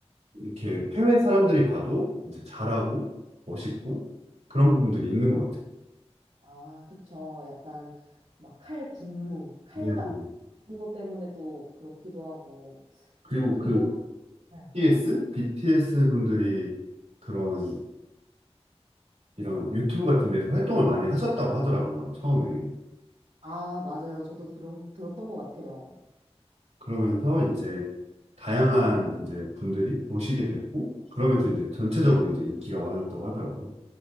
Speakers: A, on the right; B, on the right.
A: 이렇게 해외 사람들이 봐도 이제 잘하고 멋있고 그런 부분들이 있는 것 같아요.
B: 아, 그쵸. 약간 막 칼 군무, 칼각
A: 네, 그리고
B: 그런 것 때문에 또 그렇기도 하고
A: 그리고
B: 좀 그리고
A: 그
B: 네.
A: BTS, BTS 분들이 그런 이런 유튜브 같은 데서 활동을 많이 하셨다고 하더라고요, 처음에.
B: 아, 맞아요. 저도 그런, 들었던 것 같아요.
A: 그러면서 이제 다양한 이제 분들이 보시게 됐고, 그러면서 이제 전체적으로 이제 인기가 많아졌다고 하더라고요.